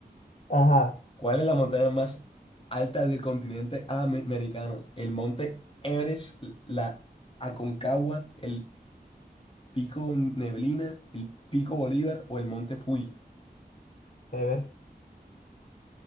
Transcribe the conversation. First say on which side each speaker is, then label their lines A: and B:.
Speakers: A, on the left (about 50°); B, on the left (about 30°).
A: Ajá,
B: ¿cuál es la montaña más alta del continente ame- americano? ¿El monte Everest, la Aconcagua, el Pico Neblina, el Pico Bolívar o el Monte Fuji.
A: Evers. <laughs>